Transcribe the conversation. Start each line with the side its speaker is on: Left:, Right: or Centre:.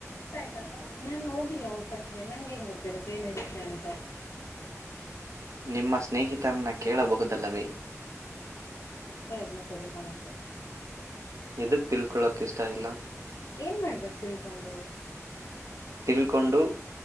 Left: ಊ ಆಯ್ತ ನಾನ್ ಹೋಗಿಲ್ಲ ಊಟಕ್ಕೆ ನಂಗ ಹೆಂಗ್ ಗೊತ್ತಿರುತ್ತೆ ಏನಿರುತ್ತೆ ಅಂತ
Right: ನಿಮ್ಮ ಸ್ನೇಹಿತರನ್ನ ಕೇಳಬಹುದಲ್ಲವೇ
Left: ನಂ ಇಷ್ಟ ಇಲ್ಲ ತಿಳ್ಕೋಳಕ್ಕೆೆ
Right: ಎದುಕ್ ತಿಳ್ಕೊೊಳ್ಳಕ್ ಇಷ್ಟ ಆಗಿಲ್ಲ
Left: ಏನ್ ಮಾಡ್ಬೇಕು ತಿಳ್ಕೊಂಡು
Right: ತಿಳ್ಕೊಂಡು